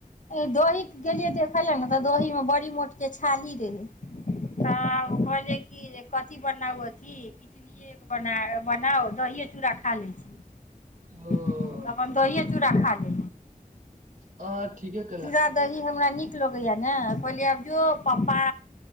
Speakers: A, on the left; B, on the right.
A: ए दो ही गेलियै देखे लए तऽ दहिं बड़ी मो के छाली रहै तऽ ओ कहल की एक कथिी बनाउ अथिी इडलीए बना बनाउ दऽ चूड़ खा ले छी
B: ओ
A: त अपन दहि खा ले
B: हँ ठीके केला
A: सीधा दही हमरा नीक लगैया ने कहली आब जो प्पा